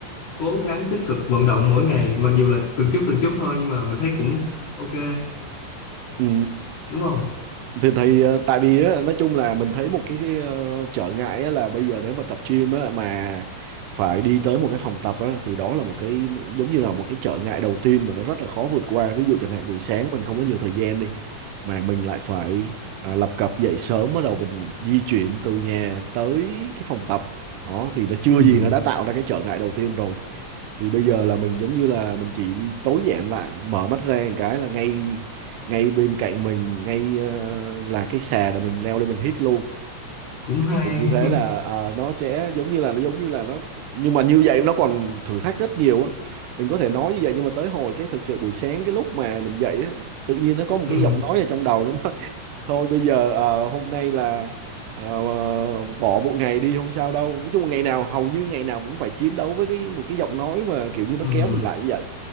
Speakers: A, on the left; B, on the right.
A: cố gắng tích cực vận động mỗi ngày mặc dù là từng chút từng chút thôi nhưng mà mình thấy cũng ok
B: ừ.
A: đúng không?
B: thì, thì ờ, tại vì á, nói chung là mình thấy một cái, cái ờ, trở ngại á, là bây giờ nếu mà tập gym á, mà phải đi tới một cái phòng tập á, thì đó là một cái giống như là một cái trở ngại đầu tiên mà nó rất là khó vượt qua ví dụ chẳng hạn buổi sáng mình không có nhiều thời gian đi mà mình lại phải à, lập cập dậy sớm bắt đầu mình di chuyển từ nhà tới cái phòng tập đó thì nó chưa
A: Ừm,
B: gì nó đã tạo ra cái trở ngại đầu tiên rồi thì bây giờ là mình giống như là mình chỉ tối giản lại mở mắt ra một cái là ngay ngay bên cạnh mình ngay ờ, là cái xà để mình leo lên mình hít luôn
A: cũng hay.
B: thì như thế
A: <laughs>
B: là ờ, nó sẽ giống như là nó giống như là nó nhưng mà như vậy nó còn thử thách rất nhiều á mình có thể nói như vậy nhưng mà tới hồi cái thực sự buổi sáng cái lúc mà mình dậy á tự nhiên nó có một
A: Ừm,
B: cái giọng nói ở trong đầu nó nói thôi bây giờ ờ, hôm nay là ờ, bỏ một ngày đi không sao đâu nói chung là ngày nào hầu như ngày nào cũng phải chiến đấu với cái một cái giọng nói mà kiểu như nó
A: ừm,
B: kéo mình lại như vậy